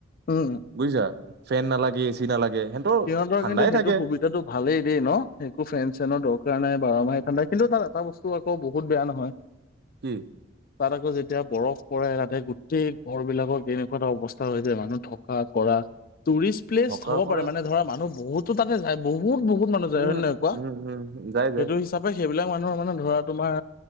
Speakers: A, on the left (about 50°); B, on the right (about 55°).
A: উম
B: বুজিছা ফেন নালাগে এ চি নালাগে। সেহতৰ
A: সিহঁতৰ
B: ঠাণ্ডাই
A: কিন্তু সেইটো
B: থাকে
A: সুবিধাটো ভালেই দেই ন একো ফেন চেনৰ দৰকাৰ কাৰণে বাৰ মাহে ঠাণ্ডা কিন্তু তাত এটা বস্তু আকৌ বহুত বেয়া নহয়
B: কি
A: তাত আকৌ যে এতিয়া বৰফ পৰে তাতে গোটেই ঘৰ বিলাকত এনেকুৱা এটা অৱস্থা হৈ যায় মানুহ থকা কৰা। টুৰিষ্ট প্লেছ
B: থকা
A: হ'ব
B: কৰা
A: পাৰে মানে ধৰা মানুহ বহুতো তাতে যায় বহুত বহুত মানুহ যায়
B: উম
A: হয় নে নাই কোৱা
B: উম উম যাই
A: সেইটো
B: যাই
A: হিচাপে সেইবিলাক মানুহ মানে ধৰা তোমাৰ